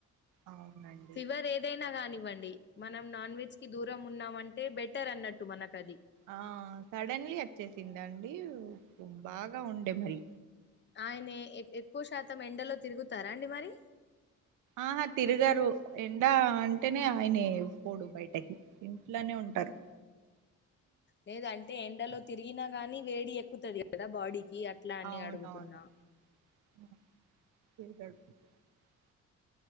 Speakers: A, on the right (about 85°); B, on the left (about 35°).
A: అవునండి
B: ఫివర్ ఏదైనా కానివ్వండి మనం నాన్ వెజ్ కి దూరం ఉన్నామంటే బెటర్ అన్నట్టు మనకు అది
A: ఆ సడన్లీ వచ్చేసిందండి బాగా ఉండే మరి
B: ఆయన ఎక్కువ శాతం ఎండలో తిరుగుతారా అండి మరి
A: ఆహా తిరగారు ఎండా అంటేనే ఆయన పోడు బయటకి ఇంట్లోనే ఉంటారు
B: లేదు అంటే ఎండలో తిరిగినా గానీ వేడి ఎక్కుతుది కదా బాడీకి అట్లా అని
A: అవునవును
B: అడుగుతున్నా
A: <unintelligible>